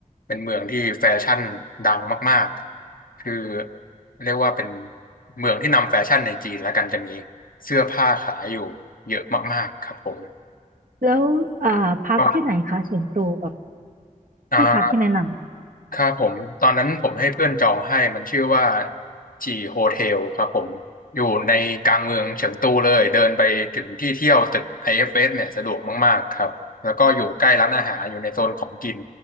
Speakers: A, on the left; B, on the right.
A: เป็นเมืองที่แฟชั่นดังมากๆคือเรียกว่าเป็นเมืองที่นำแฟชั่นในจีนแล้วกันจะมี เสื้อผ้าขายอยู่เยอะมากๆครับผม
B: แล้วอ่าพักที่ไหนคะส่วนตัวแบบ
A: ก็อ่า
B: ที่พักที่แนะน
A: ครับผมตอนนั้นผมให้เพื่อนจองให้มันชื่อว่าจีโฮเทลครับผมอยู่ในกลางเมืองเฉิงตูเลยเดินไปถึงที่เที่ยวตึก IFS เอฟเอสเนี่ยสะดวกมากๆครับแล้วก็อยู่ใกล้ร้านอาหารอยู่ในโซนของกิน